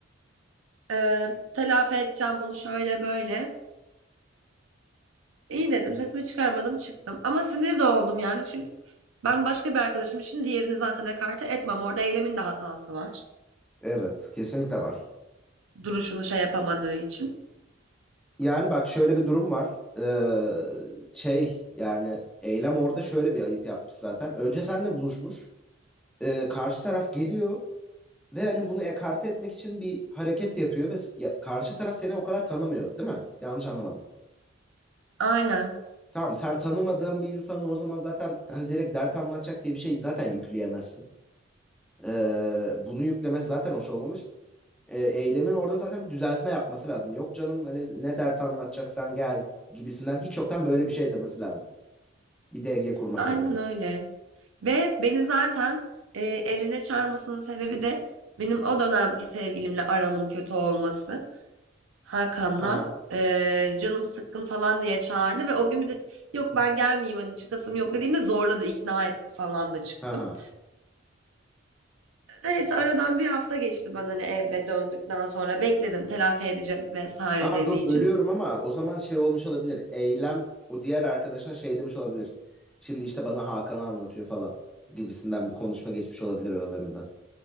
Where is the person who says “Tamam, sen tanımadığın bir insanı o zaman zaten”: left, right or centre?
Centre